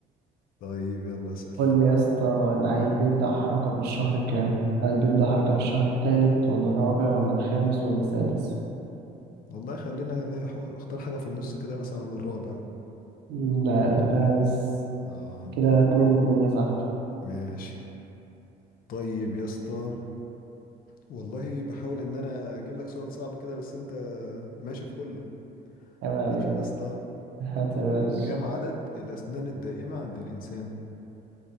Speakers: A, on the left (about 60°); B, on the right (about 75°).
A: طيب يلا اسأل
B: قول لي يا اسطى العيل بيبدأ حركة في الشهر كام؟ هل بيبدأ حركة في الشهر التالت ولا الرابع ولا الخامس ولا السادس؟
A: والله خلينا يعني ح- اختار حاجة في النص كده مثلا الرابع
B: مم، لا الخامس
A: اه
B: كده اتنين اتنين يا صاحبي
A: ماشي طيب يا اسطى والله بحاول ان انا اجيب لك سؤال صعب كده بس انت ماشي في كله
B: عيب عليك
A: ماشي يا اسطى
B: هات يا باشا
A: كم عدد الأسنان الدائمة عند الإنسان؟